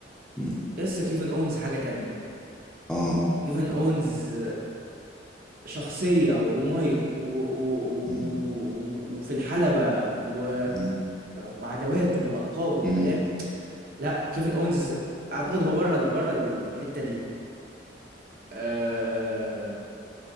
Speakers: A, in the centre; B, on the right.
A: أمم.
B: لسه كيفن اونز حاجة تانية
A: اه
B: كيفن اونز شخصية ومايك و... و... و...
A: امم
B: وفي الحلبة و...
A: أمم.
B: وعداواته وألقابه وحاجات
A: أمم.
B: لا كيفن اونز اعتقد هو بره بره الحتة دي آه،